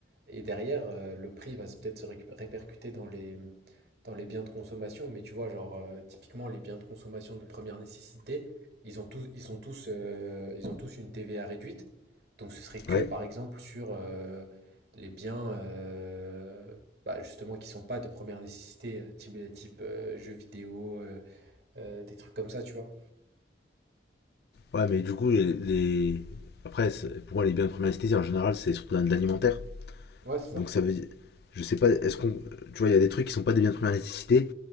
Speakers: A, on the right (about 65°); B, on the left (about 60°).
A: et derrière, euh, le prix va se- peut-être se récu- répercuter dans les, dans les biens de consommation, mais tu vois, genre, euh, typiquement, les biens de consommation de première nécessité, ils ont tous, ils sont tous, euh, ils ont tous une TVA réduite. Donc ce serait que
B: Ouais,
A: par exemple sur, heu, les biens, heu, bah, justement qui sont pas de première nécessité, heu, type, euh, type, heu, jeux vidéo, heu heu, des trucs comme ça, tu vois?
B: ouais, mais du coup, les, les- après, c'est- pour moi, les biens de première nécessité, en général, c'est surtout dans de l'alimentaire.
A: Ouais, c'est ça.
B: Donc ça veut dire, je sais pas, est-ce qu'on, tu vois, il y a des trucs qui sont pas des biens de première nécessité,